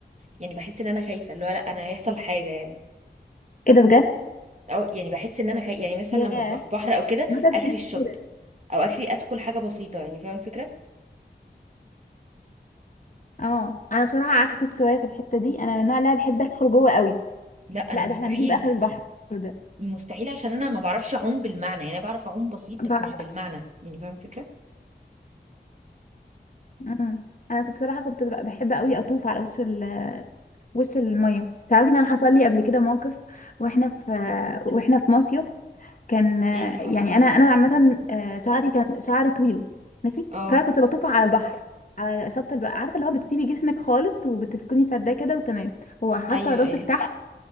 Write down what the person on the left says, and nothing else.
ايه ده بجد
ياه
ما ده بجد
كده
اه انا بصراحة عكسك شوية في الحتة دي انا من النوع اللي أنا بحب ادخل جوه قوي
لا
ده احنا نجيب اخر البحر ده
بعرف
مم. انا كنت- بصراحة كنت ببقى بحب قوي اطوف على وش ال... وش المية تعرفي ان انا حصل لي قبل كده موقف واحنا في واحنا في مصيف كان آه،
يعني انا انا عامه آه، شعري كان شعري طويل ماشي
فانا كنت بطوف على البحر على شط البحر عارفه اللي هو بتسيبي جسمك خالص وبتفكني فرداه كده وتمام هو حاطه
راسك
تحت